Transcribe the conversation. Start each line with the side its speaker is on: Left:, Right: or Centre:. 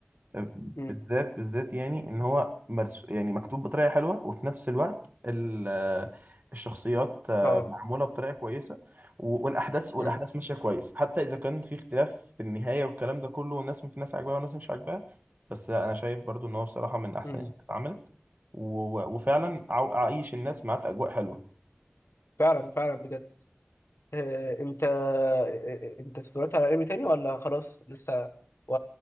Right: أه،
Left: امم
Right: بالذات بالذات يعني ان هو مرس يعني مكتوب بطريقه حلوه وفي نفس الوقت ال- آه، الشخصيات آه،
Left: اه
Right: معموله بطريقه كويسه و- والاحداث والاحداث
Left: امم
Right: ماشيه كويس حتى اذا كان في اختلاف في النهايه والكلام ده كله والناس في ناس عاجباها وناس مش عاجباها بس انا شايف برضو ان هو بصراحه من احسن
Left: امم
Right: الانميات اللي اتعملت و- وفعلا عو- عايش الناس معاه في اجواء حلوه
Left: فعلا فعلا بجد آه انت آه، آه، انت اتفرجت على انمي تاني ولا خلاص لسه و...